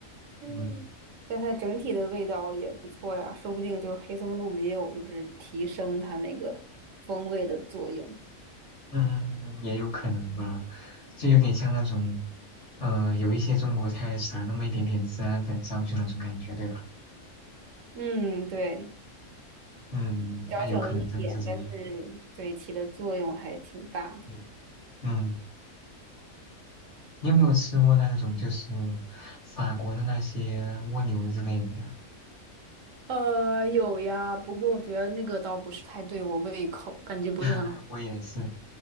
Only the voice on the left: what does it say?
嗯
嗯，也有可能吧，就有点像那种，呃，有一些中国菜撒那么一点点孜然粉上去那种感觉，对吧？
嗯，
那有可能真的是这样。
嗯嗯，你有没有吃过那种就是法国的那些蜗牛之类的呀？
<laughs> 我也是，